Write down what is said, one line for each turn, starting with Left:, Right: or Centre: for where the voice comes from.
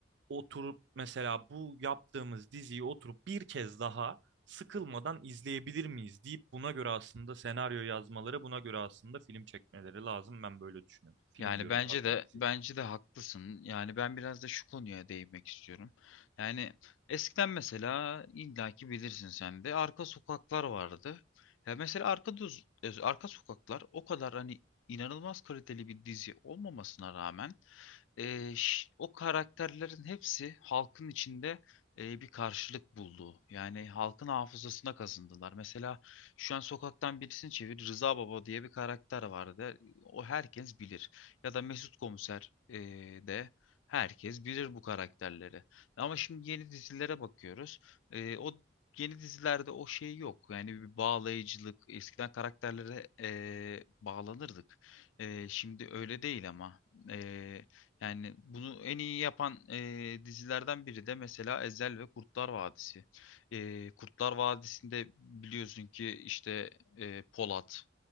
Right: oturup mesela bu yaptığımız diziyi oturup bir kez daha sıkılmadan izleyebilir miyiz deyip buna göre aslında senaryo yazmaları, buna göre aslında film çekmeleri lazım. Ben böyle düşünüyorum. Film
Left: Yani
Right: diyorum
Left: bence
Right: pardon
Left: de
Right: dizi.
Left: bence de haklısın. Yani ben biraz da şu konuya değinmek istiyorum. Yani eskiden mesela illaki bilirsin sen de arka sokaklar vardı. Ya mesela arka Düz- e, arka sokaklar o kadar hani inanılmaz kaliteli bir dizi olmamasına rağmen e, ş- o karakterlerin hepsi halkın içinde e, bir karşılık buldu. Yani halkın hafızasına kazındılar. Mesela şu an sokaktan birisini çevir Rıza Baba diye bir karakter vardı. O herkes bilir ya da Mesut Komiser e, de herkes bilir bu karakterleri. Ama şimdi yeni dizilere bakıyoruz. E, o yeni dizilerde o şey yok. Yani bir bağlayıcılık. Eskiden karakterlere e, bağlanırdık. E, şimdi öyle değil ama. E, yani bunu en iyi yapan e, dizilerden biri de mesela Ezel ve Kurtlar Vadisi. E, Kurtlar Vadisi'nde biliyorsun ki işte e, Polat